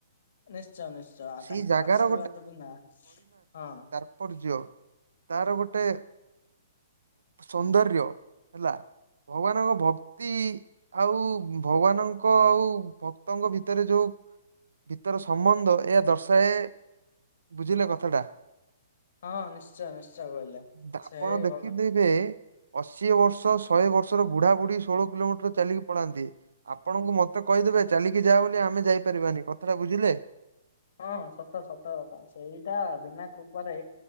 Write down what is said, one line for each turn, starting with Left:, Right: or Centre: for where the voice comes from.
Left: ନିଶ୍ଚୟ ନିଶ୍ଚୟ ଆଉ
Right: ସେଇ
Left: ତାଙ୍କ
Right: ଜାଗାର
Left: ଆଶୀର୍ବାଦ ବିନା ହଁ।
Right: ତାପର୍ଯ୍ୟୟ ତାର ଗୋଟେ ସୌନ୍ଦର୍ଯ୍ୟ ହେଲା ଭଗବାନଙ୍କ ଭକ୍ତି ଆଉ ଭଗବାନଙ୍କ ଆଉ ଭକ୍ତଙ୍କ ଭିତରେ ଯୋଉ ଭିତର ସମ୍ବନ୍ଧ ଏହା ଦର୍ଶାଏ ବୁଝିଲେ କଥାଟା।
Left: ହଁ ନିଶ୍ଚୟ ନିଶ୍ଚୟ କହିଲେ
Right: ତା
Left: ସେଇ
Right: ଆପଣ ଦେଖିଦେଇ
Left: ଭଗ
Right: ବେ ଅଶୀଏ ବର୍ଷ ଶହେ ବର୍ଷର ବୁଢା ବୁଢୀ ଷୋଳ କିଲୋମିଟର ଚାଲିକି ପଳାନ୍ତି, ଆପଣଙ୍କୁ ମୋତେ କହିଦେବେ ଚାଲିକି ଯା ବୋଲି ଆମେ ଯାଇପାରିବାନି କଥାଟା ବୁଝିଲେ।
Left: ହଁଁ ସତ ସତ କଥା ସେଇଟା ବିନା କୃପାରେ